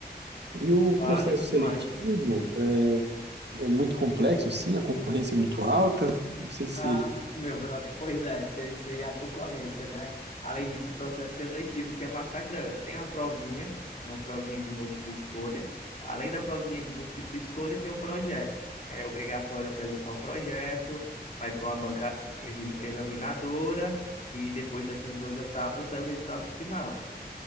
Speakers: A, on the right (about 80°); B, on the left (about 45°).
A: E o
B: Vale
A: processo seletivo
B: demais.
A: é, é muito complexo, assim, a concorrência é muito alta. Não sei se.
B: Ah, meu brother, pois é, tem isso aí a concorrência, né? Além disso, o processo seletivo que é massacrante. Tem a provinha, uma provinha de múltipla escolha. Além da provinha de múltipla escolha, tem o projeto. É obrigatório apresentar um projeto, vai para uma banca exi- examinadora e depois dessas duas etapas sai o resultado final.